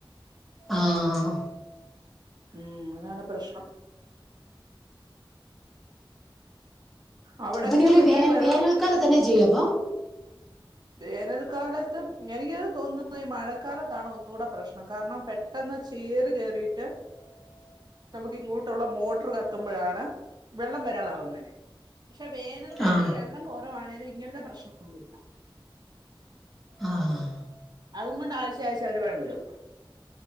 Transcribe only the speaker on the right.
ഉം അതാണ്പ്രശ്നം അവിടൊക്കെ
പിന്നെ
വെള്ളം
വേനൽക്കാലത്ത് എനിക്ക്തോന്നുന്നു ഈ മഴക്കാലത്താണ്ഒന്നുകൂടെപ്രശ്നം കാരണംപെട്ടെന്ന് ചീറ് കേയറിയിട്ട്
നമുക്ക്ഇങ്ങോട്ടുള്ള മോട്ടർകത്തുമ്പോഴാണ് വെള്ളംവരാതാവുന്നെ പക്ഷെ വേനൽക്കാലത്
വെള്ളം കുറവാണേലുംഇങ്ങനത്തെപ്രശ്നമൊന്നുല്ല
അവ കൊണ്ട് ആഴ്ചയാഴ്ച അവര് <unintelligible> വിടും